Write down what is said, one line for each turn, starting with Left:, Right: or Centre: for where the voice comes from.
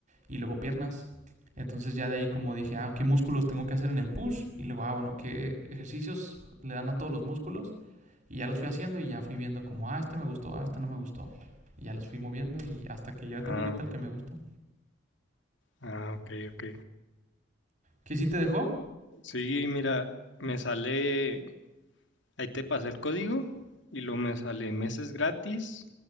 Right: y luego piernas. Entonces ya de ahí como dije, ah, ¿qué músculos tengo que hacer en el push? Y luego, ah, bueno, ¿qué ejercicios le dan a todos los músculos? Y ya los fui haciendo y ya fui viendo como, ah, este me gustó, ah, este no me gustó. Y ya los fui moviendo y hasta que ya
Left: Ah,
Right: tengo ahorita el que me gusta.
Left: ah, ok, ok.
Right: ¿Qué sí te dejó?
Left: Sí, mira, me sale, ahí te pasé el código y luego me sale meses gratis,